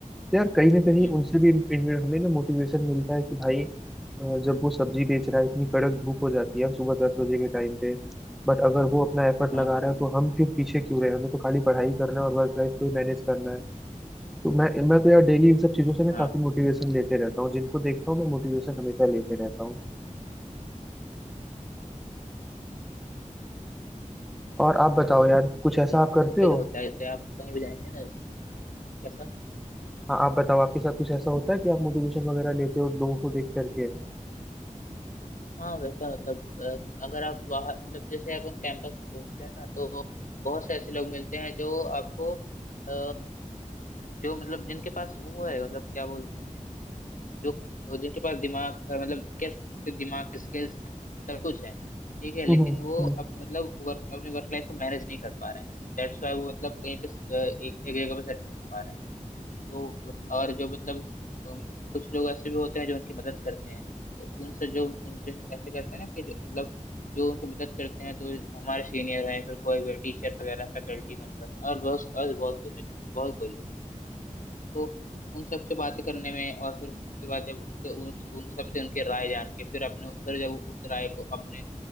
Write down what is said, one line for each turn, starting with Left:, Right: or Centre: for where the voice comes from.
Centre: तो यार कहीं ना कहीं
Left: हम्म,
Centre: उनसे भी इन, इन, हमें ना मोटिवेशन मिलता है कि भाई अ, जब वो सब्जी बेच रहा है इतनी कड़क धूप हो जाती है हम सुबह दस बजे के टाइम पे बट अगर वो अपना एफर्ट
Left: हाँ
Centre: लगा
Left: हाँ
Centre: रहा है तो हम फिर पीछे क्यों रहे हमें तो खाली पढ़ाई करना है और वर्क लाइफ को ही मैनेज करना है तो मैं मैं तो यार डेली इन सब चीजों से ना
Left: हाँ
Centre: काफी
Left: हम्म
Centre: मोटिवेशन लेते रहता हूँ जिनको देखता हूँ मैं मोटिवेशन हमेशा लेते रहता हूँ और आप
Left: हम्म।
Centre: बताओ यार कुछ
Left: ये
Centre: ऐसा
Left: तो
Centre: आप करते
Left: सब
Centre: हो
Left: जगह होता है जैसे आप कहीं भी जाएंगे ना कैसा
Centre: हाँ आप बताओ आपके साथ कुछ ऐसा होता है कि आप मोटिवेशन वगैरह लेते हो लोगों को देख करके
Left: हाँ वैसा मतलब अ, अगर आप बाहर मतलब जैसे अपन कैंपस में घूमते हैं ना तो बहुत से ऐसे लोग मिलते हैं जो आपको अ, जो मतलब जिनके पास वो है मतलब क्या बोलते जो जिनके पास दिमाग का मतलब कैसे दिमाग के स्किल्स हैं सब कुछ है ठीक है लेकिन
Centre: हम्म हम्म
Left: वो अप, मतलब वर्क अपनी वर्क लाइफ को मैनेज नहीं कर पा रहे हैं दैट्स वाई वो मतलब कहीं पे अ, एक, एक जगह पे सेट नहीं हो पा रहे हैं तो वो- और जो मतलब अम, कुछ लोग ऐसे भी होते हैं जो उनकी मदद करते हैं तो उनसे जो उन जो ऐसे करते हैं ना कि जो- मतलब जो उनकी मदद करते हैं तो हमारे सीनियर हैं फिर कोई भी टीचर वगैरह फैकल्टी मेंबर और बहुत और बहुत कुछ बहुत कोई लोग हैं। तो उन सब से बातें करने में और फिर उसके बाद जब उनके उन, उन सब से उनके राय जान के फिर अपने फिर जब उस राय को अपने